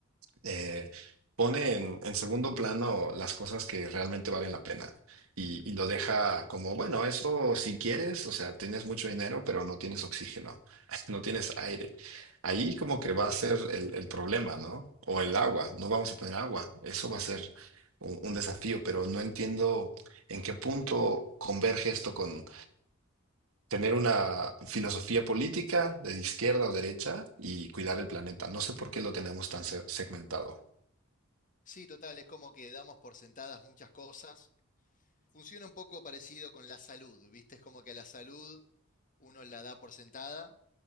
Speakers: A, on the right (about 80°); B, on the left (about 40°).
A: eh, pone en, en segundo plano las cosas que realmente valen la pena y, y lo deja como, bueno, eso si quieres, o sea, tienes mucho dinero, pero no tienes oxígeno, <laughs> no tienes aire. Ahí como que va a ser el, el problema, ¿no? O el agua, no vamos a tener agua, eso va a ser un, un desafío, pero no entiendo en qué punto converge esto con tener una filosofía política de izquierda o derecha y cuidar el planeta. No sé por qué lo tenemos tan se- segmentado.
B: Sí, total, es como que damos por sentadas muchas cosas Funciona un poco parecido con la salud, ¿viste? Es como que a la salud uno la da por sentada,